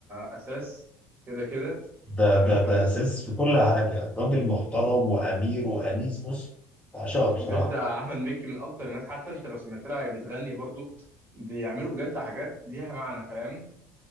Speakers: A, on the right (about 30°); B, on the left (about 15°).
A: اساس كده كده
B: ده
A: فاهم
B: ده
A: فال-
B: ده أساس في كل حاجة راجل محترم وأمير وأنيس بص بعشقه بصراحة
A: بجد احمد مكي من اكتر الناس حتى انت لو سمعت لها هي بتغني برضو بيعملوا بجد حاجات ليها معنى فاهم